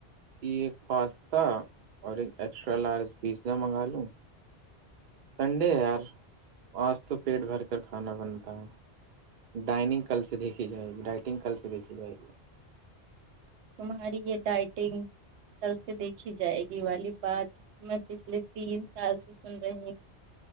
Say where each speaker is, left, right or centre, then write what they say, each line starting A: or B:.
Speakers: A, on the right; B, on the right.
A: کہ ایک پاستا اور ایک ایکسٹرا لارج پیزا منگا لوں سنڈے ہے یار آج تو پیٹ بھر کر کھانا بنتا ہے ڈائننگ کل سے دیکھی جائے گی ڈائٹنگ کل سے دیکھی جائے گی
B: تمہاری یہ ڈائٹنگ کل سے دیکھی جائے گی والی بات میں پچھلے تین سال سے سن رہی ہوں